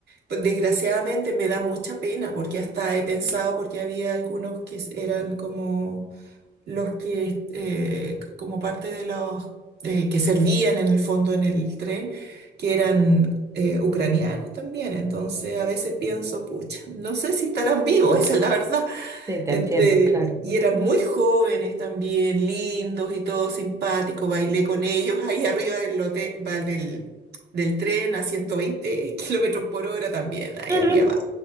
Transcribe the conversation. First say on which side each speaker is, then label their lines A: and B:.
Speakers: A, on the right; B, on the right.
A: pues, desgraciadamente me da mucha pena porque hasta he pensado, porque había algunos que s- eran como los que, eh, c- como parte de los eh, que servían en el fondo en el tren, que eran... eh, ucranianos también, entonces a veces pienso, pucha, no sé si estarán vivos, <laughs> esa es la verdad,
B: Sí, te
A: este,
B: entiendo, claro.
A: y eran muy jóvenes también, lindos y todo simpático. Bailé con ellos ahí <laughs> arriba del, lote, va, del, del tren a 120 <laughs> kilómetros por hora también. Ahí
B: <laughs>
A: había ba-